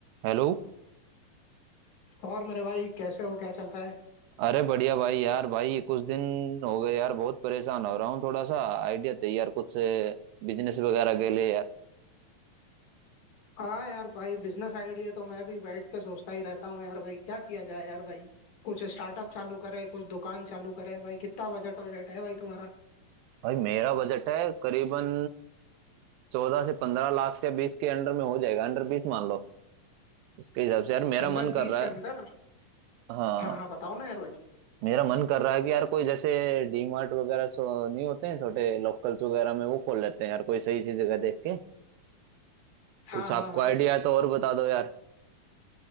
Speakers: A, on the right; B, on the left.
A: Hello
B: और मेरे भाई कैसे हो क्या चल रहा है
A: अरे बढ़िया भाई यार भाई ये कुछ दिन हो गए यार बहुत परेशान हो रहा हूँ थोड़ा सा आइडिया चाहिए यार कुछ बिजनेस वगैरह के लिए यार
B: हाँ यार भाई बिजनेस आइडिया तो मैं भी बैठ के सोचता ही रहता हूँ यार भाई क्या किया जाए यार भाई कुछ स्टार्टअप चालू करें कुछ दुकान चालू करें भाई कितना बजट बजट है भाई तुम्हारा
A: भाई मेरा बजट है करीबन चौदह से पंद्रह लाख से बीस के अंडर में हो जाएगा अंडर बीस मान लो इसके हिसाब से यार मेरा
B: अंडर
A: मन कर
B: बीस
A: रहा
B: के
A: है
B: अंदर
A: हाँ
B: हाँ हाँ बताओ ना यार भाई
A: मेरा मन कर रहा है कि यार कोई जैसे डी मार्ट वगैरह सो नहीं होते हैं छोटे लोकल्स वगैरह में वो खोल लेते हैं यार कोई सही सी जगह देख के
B: हाँ
A: कुछ आपको
B: हाँ हाँ
A: आइडिया है तो और बता दो यार